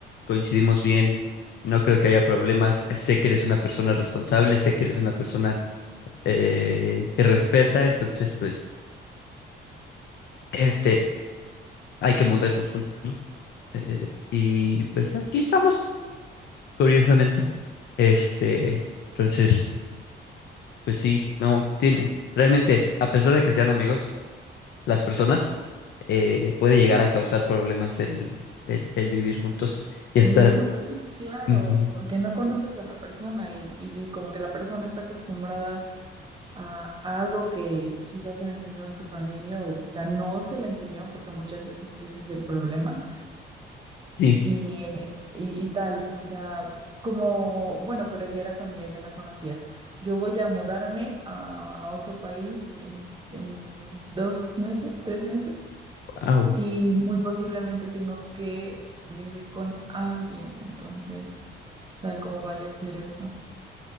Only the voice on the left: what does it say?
coincidimos bien, no creo que haya problemas, sé que eres una persona responsable, sé que eres una persona eh, que respeta, entonces, pues, este, hay que mudarnos juntos, ¿no? Eh, y pues aquí estamos, curiosamente. Este, entonces, pues sí, no, tienen, realmente, a pesar de que sean amigos, las personas eh, puede llegar a causar problemas el, el el vivir juntos y
hasta
Ujú,
Sí,
wow,